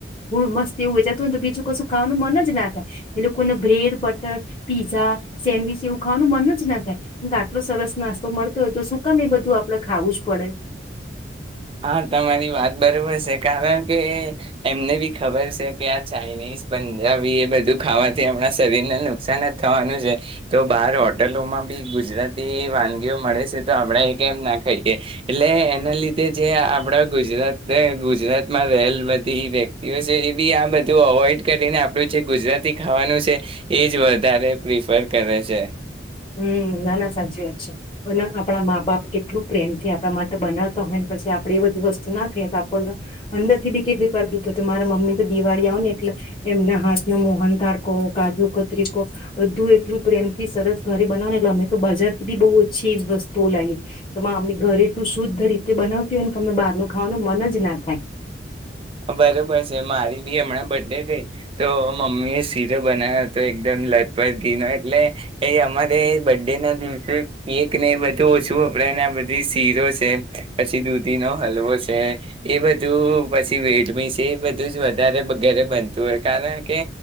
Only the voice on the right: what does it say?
હા તમારી વાત બરોબર છે કારણ કે એમને બી ખબર છે કે આ ચાઇનીઝ પંજાબી એ બધું ખાવાથી આપણા શરીરને નુકસાન જ થવાનું છે તો બાર હોટલોમાં બી ગુજરાતી વાનગીઓ મળે છે તો આપણે એ કેમ ના ખાઈએ એટલે એના લીધે જે આપણા ગુજરાત ગુજરાતમાં રહેલ બધી વ્યક્તિઓ છે એ બી આ બધું અવોઈડ કરીને આપણું જે ગુજરાતી ખાવાનું છે એજ વધારે પ્રિફર કરે છે
બરોબર છે મારી બી હમણાં બર્ ડે ગઈ તો મમ્મી એ શીરો બનાવ્યો હતો એકદમ લતપથ ઘી ન એટલે એ અમારે બર્ ડે ના દિવસે કેક ને એ બધું ઓછું વપરાયને આ બધી શીરો છે પછી દૂધી નો હલવો છે એ બધું પછી વેડમી છે એ બધું જ વધારે વગરે બનતું હોય કારણ કે